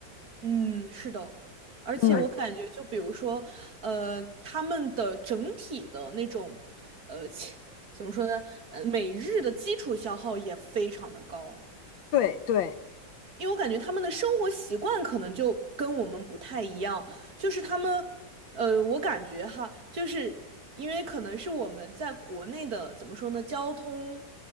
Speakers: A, on the right; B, on the left.
A: 嗯，是的，而且我感觉，
B: 嗯，
A: 就比如说，呃，他们的整体的那种，呃，切怎么说呢？呃，每日的基础消耗也非常的高，
B: 对对，
A: 因为我感觉他们的生活习惯可能就跟我们不太一样，就是他们，呃，我感觉哈，就是因为可能是我们在国内的，怎么说呢，交通